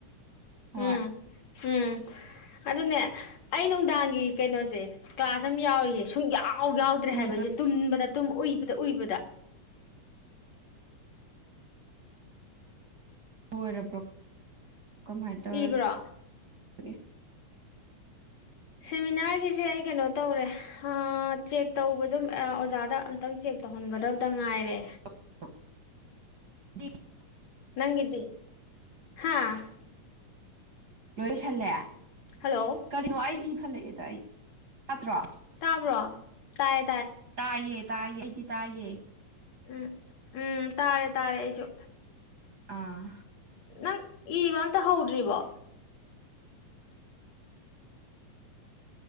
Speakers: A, on the right (about 45°); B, on the left (about 55°).
A: ꯍꯣꯏ
B: ꯎꯝ ꯎꯝ ꯑꯗꯨꯅꯦ ꯑꯩ ꯅꯨꯡꯗꯥꯡꯒꯤ ꯀꯩꯅꯣꯁꯦ ꯀ꯭ꯂꯥꯁ ꯑꯃ ꯌꯥꯎꯔꯤꯁꯦ ꯁꯨꯡ ꯌꯥꯎ ꯌꯥꯥꯎ ꯌꯥꯎꯗ꯭ꯔꯦ ꯍꯥꯏꯕ
A: ꯏꯕ
B: ꯑꯩꯁꯦ ꯇꯨꯝꯕꯗ ꯇꯨꯝꯕ ꯎꯏꯕꯗ ꯎꯏꯕꯗ
A: ꯂꯣꯢꯔꯕꯣ ꯀꯃꯥꯏꯅ ꯇꯧꯔꯒꯦ
B: ꯏꯕ꯭ꯔꯣ
A: <inaudible>
B: ꯁꯦꯃꯤꯅꯥꯔꯒꯤꯁꯦ ꯑꯩ ꯀꯩꯅꯣ ꯇꯧꯔꯦ ꯆꯦꯛ ꯇꯧꯕꯗꯨꯝ ꯑꯣꯖꯥꯗ ꯑꯝꯇꯪ ꯆꯦꯛ ꯇꯧꯍꯟꯒꯗꯕꯗ ꯉꯥꯏꯔꯦ
A: <unintelligible> <unintelligible>
B: ꯅꯪꯒꯤꯗꯤ ꯍꯥꯥ
A: ꯂꯣꯏꯁꯜꯂꯦ
B: ꯍꯜꯂꯣ
A: ꯀꯔꯤꯅꯣ ꯑꯩ ꯏ ꯐꯠꯂꯛꯑꯦꯗ ꯑꯩ ꯄꯠꯇ꯭ꯔꯣ
B: ꯇꯥꯕ꯭ꯔꯣ ꯇꯥꯏ
A: ꯇꯥꯏꯌꯦ ꯇꯥꯏꯌꯦ ꯑꯩꯗꯤ ꯇꯥꯏꯌꯦ
B: ꯎꯝ ꯎꯝ ꯇꯥꯔꯦ ꯇꯥꯔꯦ ꯑꯩꯁꯨ
A: ꯑꯥ
B: ꯅꯪ ꯏꯕ ꯑꯃꯇ ꯍꯧꯗ꯭ꯔꯤꯕꯣ